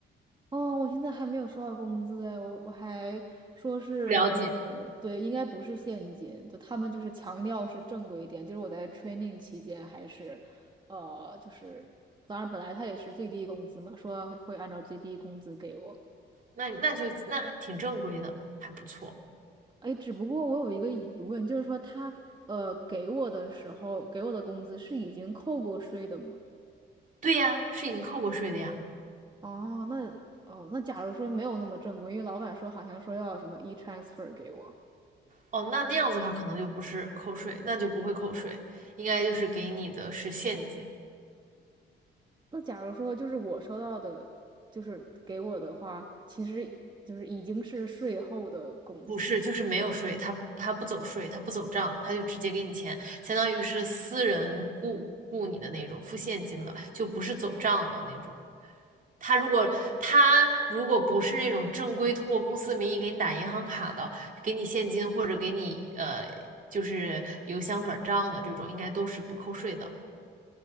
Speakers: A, on the right; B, on the right.
A: 哦，我现在还没有收到工资哎，我我还说是就是对，
B: 不了解，
A: 应该不是现金，就他们就是强调是正规一点。就是我在 training 期间还是，呃，就是当然本来他也是最低工资嘛，说会按照最低工资给我。
B: 那那就那还挺正规的，还不错。
A: 哎，只不过我有一个疑问，就是说他呃给我的时候给我的工资是已经扣过税的吗？
B: 对呀，是已经扣过税的呀。
A: 哦，那哦，那假如说没有那么正规，因为老板说好像说要什么 e-transfer 给我，
B: 哦，那那样子的话，可能就不是扣税，那就不会扣税，应该就是给你的是现金。
A: 那假如说就是我收到的，就是给我的话，其实就是已经是税后的工资。
B: 不是，就是没有税，他他不走税，他不走账，他就直接给你钱，相当于是私人雇雇你的那种，付现金的，就不是走账的那种。他如果他如果不是那种正规通过公司名义给你打银行卡的，给你现金或者给你呃就是邮箱转账的这种，应该都是不扣税的。